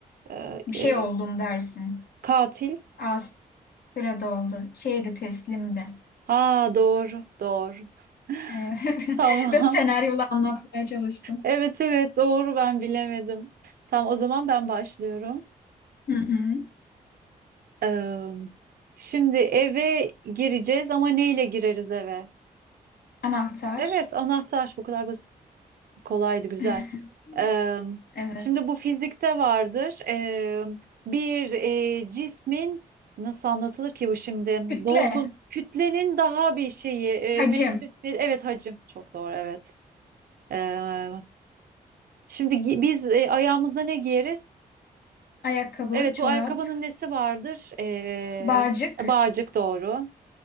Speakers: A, on the right (about 60°); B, on the left (about 60°).
A: e,
B: Bir
A: e,
B: şey oldum dersin.
A: katil.
B: Az sürede oldu. Şeydi teslimdi.
A: Ha doğru, doğru. <laughs>
B: Evet. <laughs>
A: Tamam.
B: Biraz senaryola anlatmaya çalıştım.
A: Evet evet doğru ben bilemedim. Tamam o zaman ben başlıyorum.
B: Hı hı.
A: Eee, şimdi eve gireceğiz ama neyle gireriz eve?
B: Anahtar.
A: Evet anahtar bu kadar basit. Kolaydı, güzel.
B: <laughs>
A: Eee,
B: Evet.
A: şimdi bu fizikte vardır. Eee, bir eee, cismin nasıl anlatılır ki bu şimdi?
B: Kütle.
A: Dolgun kütlenin daha bir şeyi eee,
B: Hacim.
A: metre, me- evet hacim çok doğru evet. Eee, şimdi gi- biz eee, ayağımıza ne giyeriz?
B: Ayakkabı,
A: Evet
B: çorap,
A: bu ayakkabının nesi vardır? Eee
B: bağcık.
A: bağcık doğru.